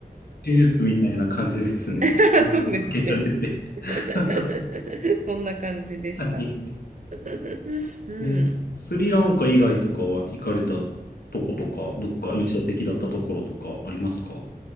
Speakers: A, on the left (about 70°); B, on the right (about 50°).
A: 手術みたいな感じですね。
B: <laughs>
A: まかけられて。
B: そうですね。<laughs>
A: <laughs> は
B: そんな感じでした。
A: い。
B: <laughs> うん。
A: えースリランカ以外とかは行かれたとことか、どっか印象的だったところとかありますか